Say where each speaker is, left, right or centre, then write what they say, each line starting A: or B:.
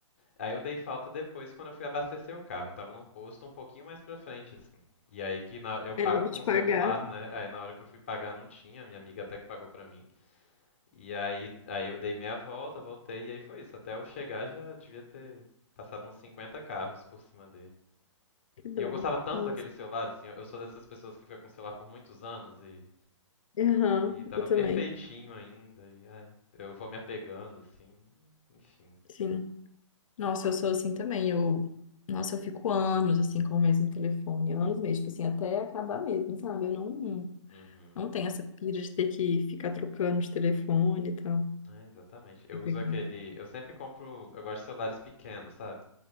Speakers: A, on the left (about 25°); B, on the left (about 85°).
A: Aí eu dei falta depois quando eu fui abastecer o carro. Eu tava num posto um pouquinho mais pra frente, assim. E aí que na- eu
B: é
A: pago
B: hora
A: com
B: de
A: o
B: pagar,
A: celular, né? Aí na hora que eu fui pagar não tinha, minha amiga até que pagou pra mim. E aí, aí eu dei meia volta, voltei, e aí foi isso. Até eu chegar já devia ter passado uns 50 carros por cima dele.
B: que dó.
A: E eu gostava tanto
B: Nossa.
A: daquele celular, assim, eu eu sou dessas pessoas que foi com o celular por muitos anos e,
B: Aham,
A: e tava
B: eu também.
A: perfeitinho ainda, e ai, eu vou me apegando, assim, enfim.
B: Sim. Nossa, eu sou assim também. Eu, nossa, eu fico anos assim com o mesmo telefone, anos mesmo, tipo assim, até acabar mesmo, sabe? Eu não,
A: Uhum.
B: Não tem essa pira de ter que ficar trocando de telefone e tal.
A: É, exatamente. Eu
B: Eu peguei.
A: uso aquele. Eu sempre compro. Eu gosto de celulares pequenos, sabe?